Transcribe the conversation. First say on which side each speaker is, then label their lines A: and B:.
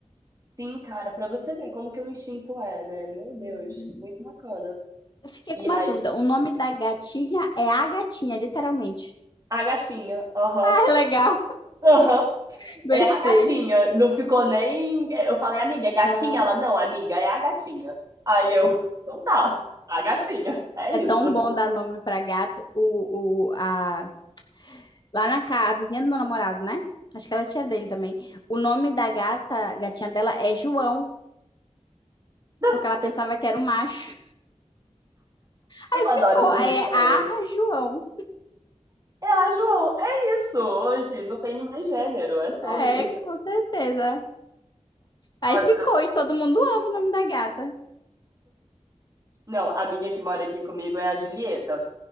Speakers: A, on the right; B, on the left.
A: Sim, cara, pra você ver como que o instinto é, né? Meu
B: Uhum.
A: Deus, muito bacana.
B: Eu fiquei
A: E
B: com uma
A: aí,
B: dúvida. O nome da gatinha é a gatinha, literalmente. <laughs>
A: a gatinha, aham,
B: Ah, é legal.
A: aham,
B: <laughs> Gostei.
A: é a gatinha. Não ficou nem. Eu falei, amiga, é gatinha?
B: Ah,
A: Ela, não, amiga, é a gatinha. Aí eu, então tá, a gatinha, é
B: é
A: isso.
B: tão bom dar nome pra gato. O, o, a... Lá na casa, a vizinha do meu namorado, né? Acho que ela é tia dele também. O nome da gata, gatinha dela é João,
A: <laughs>
B: porque ela pensava que era um macho. Aí
A: Eu
B: ficou.
A: adoro essas
B: Aí
A: histórias.
B: é a João.
A: É a João, é isso. Hoje não tem mais gênero, é sobre.
B: É, com certeza. Aí
A: Nossa,
B: ficou, e todo mundo ama o nome da gata.
A: não, a minha que mora aqui comigo é a Julieta.